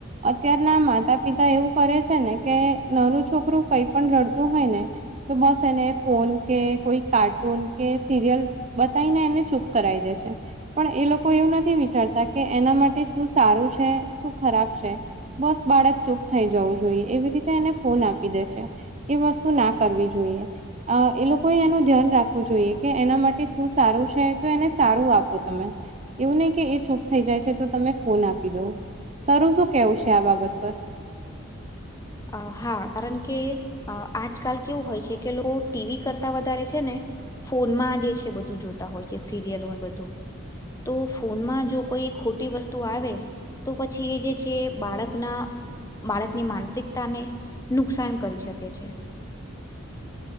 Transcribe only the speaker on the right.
અત્યારના માતા પિતા એવું કરે છે ને કે નાનુ છોક <unintelligible> કાઇ પણ રડતું હોય ને તો બસ એને ફોન કે કોઈ કાર્ટૂન કે સિરયલ બતાઇને એને ચૂપ કરાવી દે છે પણ એ લોકો એવું નથી વિચારતા કે એના માટે શું સારું સારું છે શું ખરાબ છે બસ બાળક ચુપ થઈ જવું જોઈએ એવી રીતે એને ફોન આપ પી દે છે એ વસ્તુ ના કરવી જોઈએ એ લોકોએ એનું ધ્યાન રાખવું જોઈએ કે એનામાં માટે શું સારું છે તો એને સારું આપો તમે એવું નહી કે એ ચૂપ થઈ જાય છે તો તમે ફોન આપી દ તારું શું કેવું છે આ બાબત પર